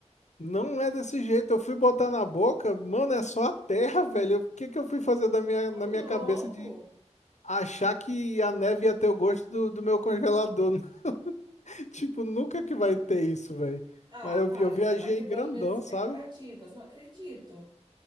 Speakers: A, on the left; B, on the right.
A: Não é desse jeito. Eu fui botar na boca, mano, é só a terra, velho. Eu- O que que eu fui fazer da minha,
B: Ô,
A: na minha
B: louco!
A: cabeça de achar que a neve ia ter o gosto do, do meu congelador? <laughs> Tipo, nunca que vai ter isso, velho.
B: Ah,
A: Mas eu,
B: para,
A: vi- eu viajei
B: você tá quebrando
A: grandão,
B: minhas expectativas,
A: sabe?
B: não acredito.